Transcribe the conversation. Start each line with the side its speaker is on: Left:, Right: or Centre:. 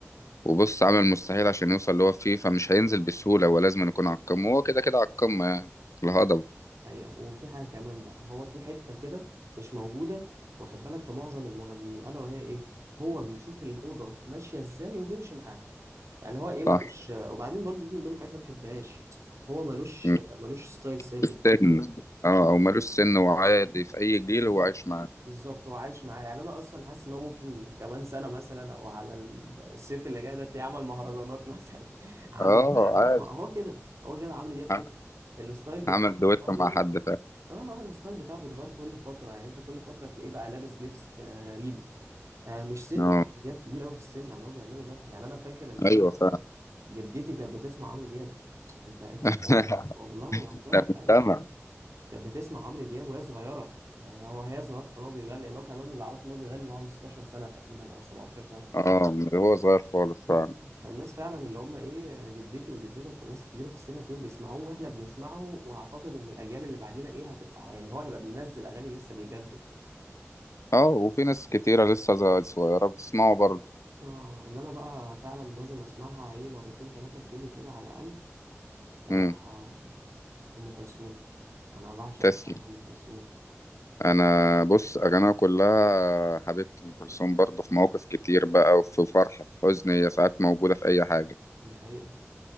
Left: وبص عمل المستحيل عشان يوصل اللي هو فيه فمش هينزل بسهولة هو لازم يكون على القمة هو كده كده على القمة يعني الهضبة
Right: حقيقة وفي حاجة كمان بقى هو في حتة كده مش موجودة واخد بالك في معظم المغنيين ألا وهي ايه هو بيشوف الموضة ماشية ازاي وبيمشي معاها يعني هو ايه ملوش
Left: صح
Right: وبعدين برضه دي من ضمن الحاجات اللي أنا ما بحبهاش هو ملوش
Left: م-
Right: ملوش ستايل ثابت
Left: السن
Right: يعني
Left: اه أو ملوش سن وعادي في أي جيل
Right: بالظبط
Left: هو عايش معاه
Right: بالظبط هو عايش معاه يعني انا اصلا حاسس ان هو ممكن كمان سنه مثلا او على الصيف اللي جاي ده تلاقيه عمل مهرجانات مثلا <laughs> عامل
Left: اه
Right: راب
Left: عادي
Right: ما هو كده هو كده عمرو دياب كده
Left: ع-
Right: الستايل بتاعه
Left: عمل
Right: بيتغير
Left: دويتو مع حد فعلا
Right: اه آه، الستايل بتاعه بيتغير كل فتره يعني انت كل فتره تلاقيه بقى لابس لبس آه، غريب آه مش سنه
Left: اه
Right: عمرو دياب كبير قوي في السن على اللي هو بيعمله ده يعني انا فاكر ان
Left: أيوه فعلا
Right: جدتي كانت بتسمع عمرو دياب انت انت
Left: <laughs>
Right: فاهم والله ما بهزرش
Left: ده مجتمع
Right: حاجه كانت بتسمع عمرو دياب وهي صغيره يعني هو هي صغيره كان هو بيغني ان هو كمان اللي اعرفه ان هو بيغني ان هو عنده 16 سنه تقريبا او 17 سنه
Left: اه من هو صغير خالص
Right: مم.
Left: فعلا
Right: فالناس فعلا اللي هم ايه جدتي وجدتك والناس الكبيره في السن هتلاقيهم بيسمعوه واحنا بنسمعه واعتقد ان الاجيال اللي بعدينا ايه هتبقى يعني هو هيبقى بينزل اغاني لسه بيجدد
Left: اه وفي ناس كتيرة لسه زي- صغيرة بتسمعه برضه
Right: اه اللي انا بقى فعلا لازم اسمعها ايه مرتين ثلاثه في يومي كده على الاقل آه،
Left: امم
Right: آه، ام كلثوم انا بعشق
Left: تسلم
Right: بصراحه ام كلثوم
Left: انا بص اغانيها كلها حبيبتي ام كلثوم برضه في مواقف كتير بقى وفي فرح في حزن هي ساعات موجودة في اي حاجة
Right: دي حقيقه